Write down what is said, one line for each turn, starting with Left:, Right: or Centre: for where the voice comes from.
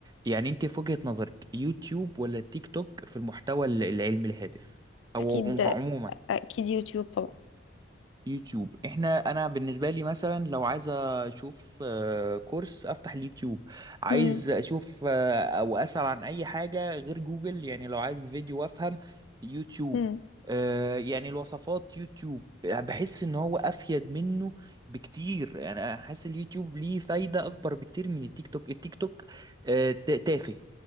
Right: يعني انت في وجهه نظرك يوتيوب ولا تيك توك في المحتوى ال- العلمي الهادف او
Left: اكيد
Right: عموما
Left: اكيد يوتيوب طبعا
Right: يوتيوب احنا انا بالنسبه لي مثلا لو عايز اشوف آه، كورس افتح اليوتيوب عايز
Left: امم
Right: اشوف آه، او اسال عن اي حاجه غير جوجل يعني لو عايز فيديو افهم يوتيوب
Left: امم
Right: آه، يعني الوصفات يوتيوب بحس ان هو افيد منه بكتير يعني انا حاسس اليوتيوب ليه فايده اكبر بكتير من التيك توك التيك توك آه، ت- تافه